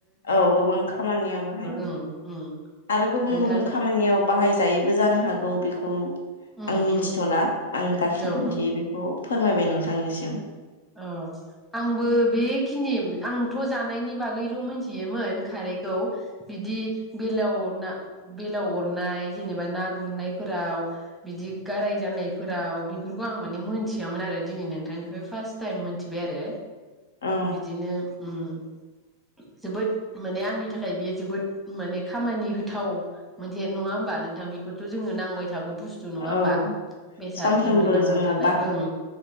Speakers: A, on the left (about 65°); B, in the centre.
A: औ गोबां खामानियाव बाहायो
B: ओं ओं
A: आरो गुबुन
B: नोंथां
A: गुबुन खामानियाव बाहायजायैबो जानो हाग गौ बेखौ आं
B: उम
A: मिनथिथ'ला
B: उम
A: आं गाखिनि
B: औ
A: मोनथियो
B: औ
A: बेखौ फोरमायबाय नोंथांनिसिम
B: अ आंबो बेखिनि आंथ' जानायनि बागैल' मिनथियोमोन खारैखौ बिदि बेलाव ना बेलाव अरनाय जेनेबा ना गुरनायफोराव बिदि गाराय जानायफोराव बेफोरखौ आं माने मोनथियामोन आरो दिनै नोंथांनिफ्राय फार्स्ट टाइम मोनथिबाय आरो
A: औ
B: बिदिनो ओम जोबोद माने आंनि थाखाय बेयो जोबोद माने खामानि होथाव मोनसे नङा होमबा नोंथां बेफोरथ' जोंनो नांबाय थागौ बुस्थु नङा होमबा
A: औ
B: बेसाद
A: सानफ्रोमबो
B: जोंनो नांबाय
A: जोङो
B: थानाय ओं